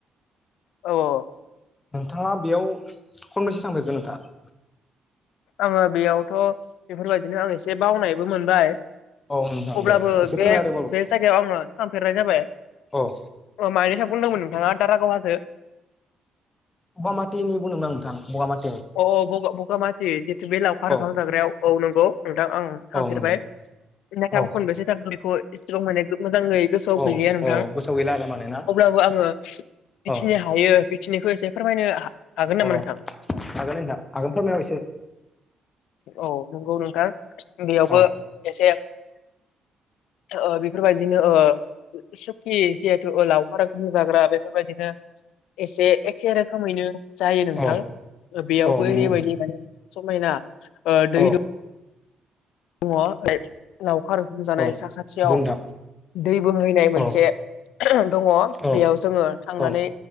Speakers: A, on the left; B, on the left.
A: औ ओ अ
B: नोंथाङा बेयाव खनबैसे थांफेरखो नोंथां?
A: आङो बेयावथ' बेफोरबादिनो आं एसे बावनायबो मोनबाय।
B: औ नोंथां
A: अब्लाबो
B: दे एसे फोरमायना
A: बे
B: होदो बाबु
A: बे जायगायाव आङो थांफेरनाय जाबाय।
B: औ
A: अ मायनि सायाव बुंदोंमोन नोंथाङा दारागाव हाजो।
B: बगामाथिनि बुंदोंमोन आं नोंथां बगामाथि।
A: अ बगा बगामाथि जितु बे लावखार
B: औ
A: ओंखाम जाग्रायाव औ नंगौ। नोंथां आङो थांफेरबाय
B: औ नंगौ
A: बेनिफ्राय
B: औ
A: आं खनबेसे थांखो बेखौ एसेबां माने मोजाङै गोसोआव
B: औ
A: गैलिया नोंथां
B: औ गोसोआव गैला आरो माने ना
A: अब्लाबो आङो जिखिनि
B: औ
A: हायो बेखिनिखो एसे फोरमायनो हागोन
B: अ
A: नामा नोंथां।
B: हागोन नोंथां हागोन फोरमायना हो एसे।
A: औ नंगौ नोंथां बेयावबो
B: औ
A: एसे ओ बेफोरबायदिनो ओ सुखि जिहेथु ओ लावखार ओंखाम जाग्रा बेफोरबायदिनो एसे एखे रोखोमैनो। जायो नोंथां
B: औ
A: बेयावबो
B: औ नंगौ
A: ओरैबायदि माने समायना ओ दै
B: औ
A: दं दङ लावखार ओंखाम जानाय
B: औ नंगौ
A: साखाथियाव
B: नोंथां
A: दै बोहैनाय मोनसे
B: औ
A: दङ
B: औ
A: बेयाव जोङो थांनानै
B: औ